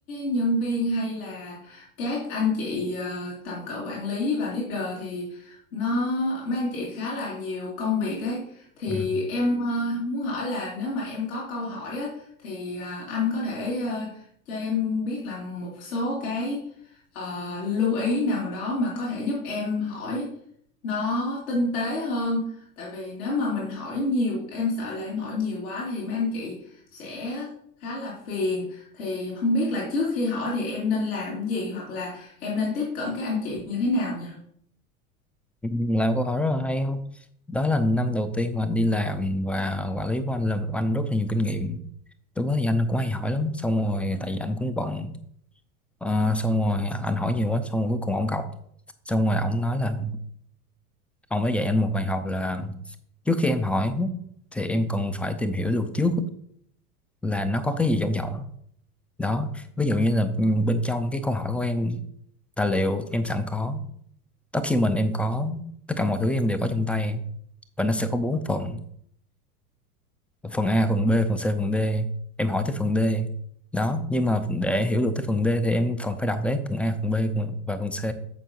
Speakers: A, on the left; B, in the centre.
A: nhân viên hay là các anh chị ờ, tầm cỡ quản lý và leader thì nó mấy anh chị khá là nhiều công việc ấy thì
B: Ừ.
A: em ờ, muốn hỏi là nếu mà em có câu hỏi á thì à, anh có thể ờ, cho em biết là một số cái ờ, lưu ý nào đó mà có thể giúp em hỏi nó tinh tế hơn Tại vì nếu mà mình hỏi nhiều, em sợ là em hỏi nhiều quá thì mấy anh chị sẽ khá là phiền. Thì không biết là trước khi hỏi thì em nên làm cái gì hoặc là em nên tiếp cận các anh chị như thế nào nhỉ?
B: Ừ, Làm câu hỏi rất là hay không? Đó là năm đầu tiên mà anh đi làm và quản lý của anh là một anh rất là nhiều kinh nghiệm. Lúc đó thì anh cũng hay hỏi lắm. Xong rồi tại vì anh cũng bận. Ờ, xong rồi anh hỏi nhiều quá. Xong rồi cuối cùng ông cọc. Xong rồi ông nói là ông đã dạy anh một bài học là trước khi em hỏi thì em cần phải tìm hiểu được trước là nó có cái gì trong giọng. Đó. Ví dụ như là ừ, bên trong cái câu hỏi của em tài liệu em sẵn có document em có tất cả mọi thứ em đều có trong tay và nó sẽ có bốn phần phần A phần B phần C phần D em hỏi tới phần D đó nhưng mà để hiểu được tới phần D thì em phần phải đọc đấy phần A phần B phần- và phần C